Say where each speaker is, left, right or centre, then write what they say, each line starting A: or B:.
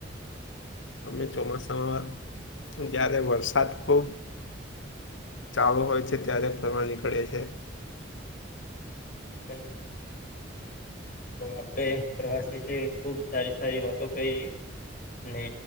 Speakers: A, on the left (about 75°); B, on the left (about 50°).
A: અમે ચોમાસામાં જ્યારે વરસાદ ખૂબ ચાલુ હોય છે ત્યારે ફરવા નીકળે છે
B: <inaudible> તો આપડે પ્રવાસ વિશે ખુબ સારી સારી વાતો કરીહી ને